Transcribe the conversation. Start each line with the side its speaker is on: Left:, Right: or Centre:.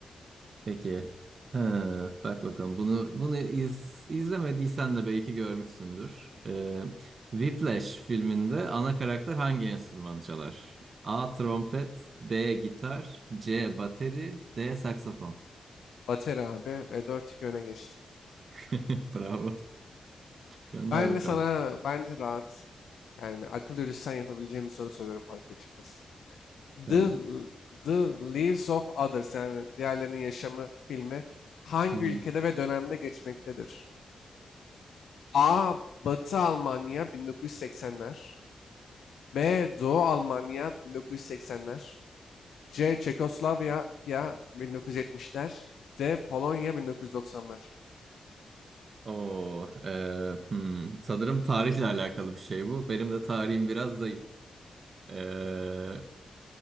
Right: Peki. Ha, bak bakalım bunu bunu iz, izlemediysen de belki görmüşsündür. Ee, Whiplash filminde ana karakter hangi enstrümanı çalar? A. Trompet B. Gitar C. Bateri D. Saksafon
Left: Bateri abi ve dört 2 öne geçtim.
Right: <laughs> Bravo. Gönder
Left: Ben
Right: bakalım.
Left: de sana bence rahat yani akıl yürütsen yapabileceğim bir soru soruyorum fark açılmasın.
Right: Tamam.
Left: The, The Lives of Others yani diğerlerinin yaşamı filmi hangi
Right: Hı-hı.
Left: ülkede ve dönemde geçmektedir? A. Batı Almanya 1980'ler. B. Doğu Almanya 1980'ler. C. Çekoslovakya 1970'ler. D. Polonya 1990'lar.
Right: Oo, e, hmm. Sanırım tarihle alakalı bir şey bu. Benim de tarihim biraz zayıf. Ee,